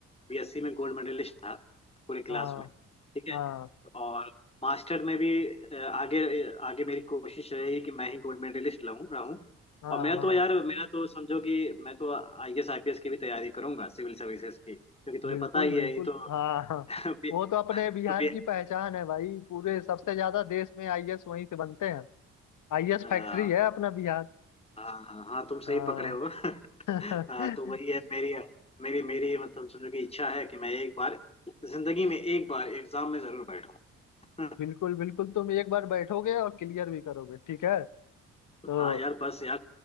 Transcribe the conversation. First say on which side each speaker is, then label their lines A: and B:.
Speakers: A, on the left; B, on the left.
A: बीएससी में गोल्ड मेडलिस्ट था पूरे क्लास
B: हाँ
A: में ठीक है
B: हाँ
A: और मास्टर में भी अ, आगे आगे मेरी कोशिश रही कि मैं ही गोल्ड मेडलिस्ट लाऊं रहूं
B: हाँ
A: और मैं
B: हाँ
A: तो यार मेरा तो समझो कि मैं तो आईएएस आईपीएस की भी तैयारी करूंगा सिविल सर्विसेज की क्योंकि तुम्हें
B: बिल्कुल
A: पता ही
B: बिल्कुल
A: है ये तो <laughs>
B: हाँ हाँ
A: अभी-
B: वो तो अपने बिहार
A: अभी-
B: की पहचान है भाई पूरे सबसे ज्यादा देश में आईएएस वहीं से बनते हैं आईएएस
A: हाँ,
B: फैक्ट्री है
A: <laughs>
B: अपना बिहार
A: हाँ हाँ हाँ तुम सही
B: हाँ
A: पकड़े हो <laughs>
B: <laughs>
A: हाँ तो वही है मेरी मेरी मेरी मतलब समझो कि इच्छा है कि मैं एक बार जिंदगी में एक बार एग्जाम में जरूर बैठूं <laughs>
B: बिल्कुल बिल्कुल तुम एक बार बैठोगे और क्लियर भी करोगे ठीक है तो
A: हाँ यार बस यार